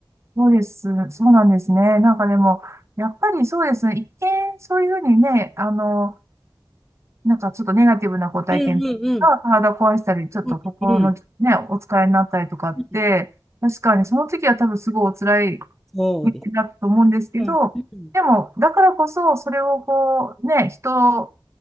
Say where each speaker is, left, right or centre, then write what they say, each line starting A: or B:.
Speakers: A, on the right (about 35°); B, in the centre.
A: そうです。そうなんですね。なんかでも、やっぱりそうですね。一見、そういうふうにね、あの、なんかちょっとネガティブなご体験が体壊したり、
B: うんうんうん。
A: ちょっと心のね、
B: うんうん。
A: お疲れになったりとかって、
B: うん
A: 確かにその時は多分すごいお辛い
B: そうです。
A: だと思うんですけど、
B: うん。うん
A: でも、だからこそ、それをこう、ね、人を、